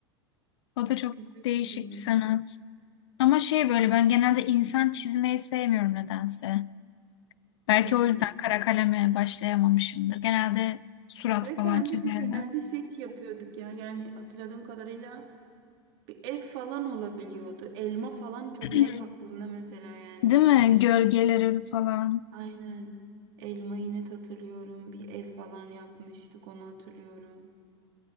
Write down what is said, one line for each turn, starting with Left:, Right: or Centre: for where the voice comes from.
Left: O da çok
Right: Güzel
Left: değişik
Right: oluyor.
Left: bir sanat. Ama şey böyle ben genelde insan çizmeyi sevmiyorum nedense. Belki
Right: Hmm.
Left: o yüzden kara kaleme başlayamamışımdır. Genelde surat
Right: Kara
Left: falan
Right: kalemde
Left: çizerler.
Right: biz genelde şey yapıyorduk ya. Yani hatırladığım kadarıyla bir ev falan olabiliyordu. Elma falan çok
Left: <clears throat>
Right: net aklımda mesela yani
Left: Değil
Right: yaptığım
Left: mi?
Right: şey.
Left: Gölgeleri falan.
Right: Aynen. Elmayı net hatırlıyorum. Bir ev falan yapmıştık onu hatırlıyorum.